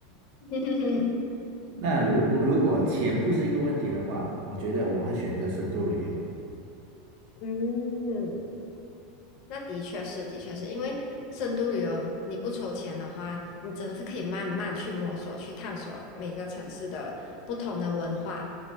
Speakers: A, on the left; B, on the right.
A: <laughs>
B: 那如果如果钱不是一个问题的话，我觉得我会选择深度旅游。
A: 嗯，那的确是，的确是因为深度旅游，你不筹钱的话，你真的是可以慢慢去摸索、去探索每个城市的不同的文化。